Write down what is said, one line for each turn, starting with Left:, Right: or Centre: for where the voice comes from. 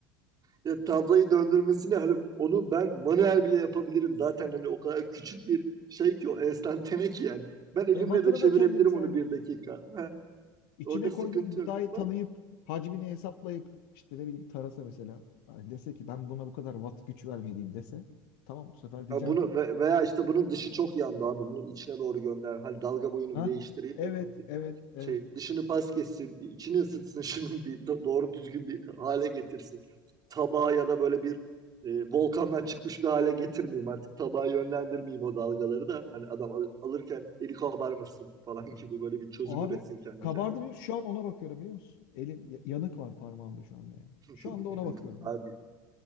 Right: Ya tablayı döndürmesini hani onu ben manuel bile yapabilirim. Zaten hani o kadar küçük bir şey ki o enstantane ki yani. Ben elimle
Left: E, vatını
Right: de çevirebilirim
Left: da kendimiz ayarlıyoruz
Right: onu bir dakika.
Left: zaten.
Right: Ha,
Left: İçine
Right: orada sıkıntı
Left: koyduğum gıdayı
Right: yok
Left: tanıyıp,
Right: ama
Left: hacmini hesaplayıp, işte ne bileyim tarasa mesela. Hani dese ki ben buna bu kadar watt güç vermeliyim dese. Tamam bu sefer diyeceğim
Right: ha, bunu
Left: ki
Right: ve- veya işte bunun dışı çok yandı abi. Bunun içine doğru gönder. Hani dalga boyunu
Left: ha
Right: bir değiştireyim
Left: evet
Right: de bunun
Left: evet evet.
Right: şey dışını pas geçsin, bir içini ısıtsın <laughs> şunun bir doğru düzgün bir hale getirsin. Tabağı ya da böyle bir e, volkandan çıkmış bir hale getirmeyeyim artık. Tabağı yönlendirmeyeyim o dalgaları da. Hani adam al- alırken eli kabarmasın falan <laughs> gibi böyle bir çözüm
Left: Abi
Right: üretsin kendi
Left: kabardı
Right: kendine.
Left: biliyor musun? Şu an ona bakıyorum biliyor musun? Elim y- yanık var parmağımda şu anda yani.
Right: <laughs>
Left: Şu anda ona bakıyorum yani.
Right: Abi